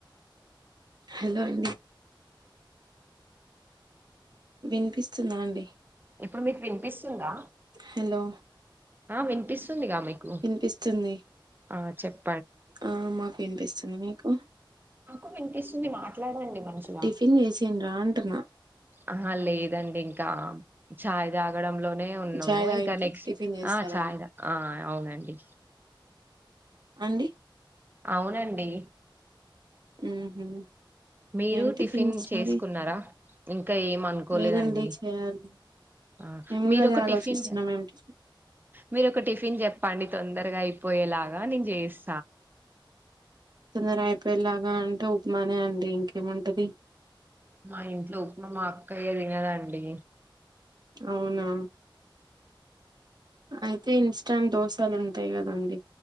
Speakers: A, on the right; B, on the right.
A: హలో అండి వినిపిస్తుంద అండి
B: ఇప్పుడు మీకు వినిపిస్తుందా
A: హలో
B: ఆ వినిపిస్తుందిగా మీకు
A: వినిపిస్తుంది
B: ఆ చెప్
A: ఆ మాకు వినిపిస్తుంది మీకు
B: నాకు వినిపిస్తుంది మాట్లాడండి మంచిగ
A: టిఫిన్ చేసిండ్రా అంటున్నా
B: ఆహా లేదండి ఇంకా ఛాయ్ తాగడంలో నే ఉన్నాము
A: చాయ్ తాగిన
B: ఇంకా
A: తర్వాత
B: నెక్స్ట్
A: టిఫిన్ చేస్తారా
B: ఆ <unintelligible> ఆ అవునండి
A: అండి
B: అవునండి
A: ఉహు
B: మీరు
A: ఏం టిఫిన్స్
B: టిఫిన్ చేసుకున్నారా
A: మరి
B: ఇంకా ఎం అనుకోలేదండి
A: లేదండి చేయాలి
B: ఆ
A: మేము కూడా
B: మీరు
A: అదే
B: ఒక
A: ఆలోచిస్తున్నాం
B: టిఫిన్ చే
A: ఏం టిఫిన్
B: మీరు ఒక టిఫిన్ చెప్పండి తొందరగా అయిపోయేలాగా నేను చేస్
A: తొందరయిపోయలాగా అంట ఉ మానే అండి ఇంకేముంటది
B: మా ఇంట్లో ఉప్మా మా అక్కయ్య తినదాండి
A: అవునా అయితే ఇన్స్టాంట్ దోశలు ఉంటాయి కదండి